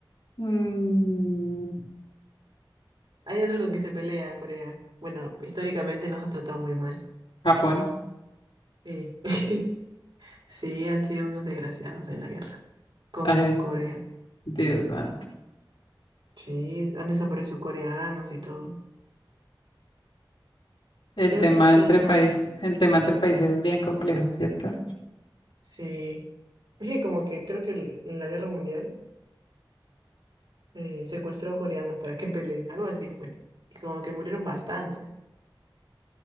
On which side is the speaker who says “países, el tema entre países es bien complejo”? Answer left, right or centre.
Left